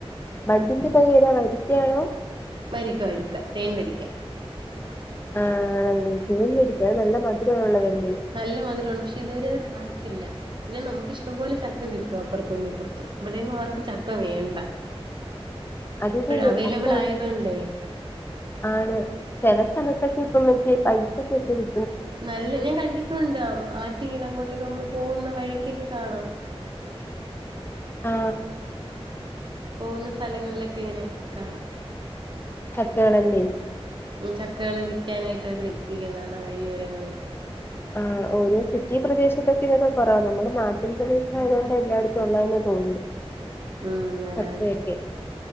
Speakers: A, on the left; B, on the right.
A: ബഡ്ഡിന്റെ തൈ ഏതാ വരിക്കയാണോ
B: വരിക്ക വരിക്ക തേൻ വരിക്ക
A: ആ തേൻ വരിക്ക അത് നല്ല മധുരമുള്ള തല്ലേ
B: നല്ല മധുരമാണ് പക്ഷെ ഇതുവരെയത് കായീച്ചില്ല പിന്നെ നമുക്ക് ഇഷ്ടം പോലെ ചക്ക കിട്ടും അപ്പുറത്തുന്നും ഇപ്പറത്തും ഇവിടെന്നും ആർക്കും ചക്ക വേണ്ട
A: അത്
B: ഇപ്പഴ്
A: ശരിയ
B: അവൈലബിൾ
A: ചക്ക ഓൾറെഡി
B: ആയതൊണ്ടേ
A: ആണ് ചില സ്ഥലത്തൊക്കെ ഇപ്പൊ കേ പൈസയ്ക്ക് ഒക്കെ വി
B: നല്ല ഞാൻ കണ്ടിട്ടുണ്ട് ആറ്റെങ്കിലും അങ്ങോട്ടൊക്കെ നമ്മള് പോകുന്ന വഴിക്കൊക്കെ കാണാം
A: ആ
B: പോകുന്ന സ്ഥലങ്ങളിലൊക്കെ ഇങ്ങനെ കാണാം
A: ചക്കേളല്ലേ
B: ഉം ചക്കകള് വിൽക്കാനായിട്ട് അവര് വെച്ചിരിക്കുന്നത് കാണാം വഴിയോരങ്ങളിൽ
A: ആ ഒരു സിറ്റി പ്രദേശത്തൊക്കെ ഇത് കുറവാ നമ്മുടെ നാട്ടിൻ പ്രദേശം ആയതുകൊണ്ട് എല്ലായിടത്തും ഉള്ളതെന്ന് തോന്നുന്നു
B: ഉം അതാണ്
A: ചക്കയൊക്കെ